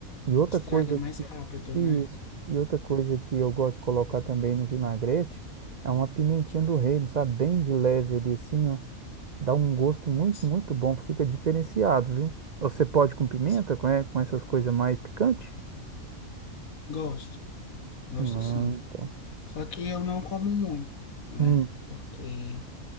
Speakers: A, on the right; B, on the left.
A: E outra
B: Estraga
A: coisa
B: mais rápido,
A: isso.
B: né?
A: E outra coisa que eu gosto de colocar também no vinagrete é uma pimentinha do reino, sabe? Bem de leve ali assim, ó. Dá um gosto muito,
B: S-
A: muito bom, fica diferenciado, viu? Você pode com pimenta,
B: s-
A: com, é, com essas coisas mais picantes?
B: Gosto, gosto
A: Ah,
B: sim.
A: tá.
B: Só que eu não como muito, né?
A: Hum.
B: Porque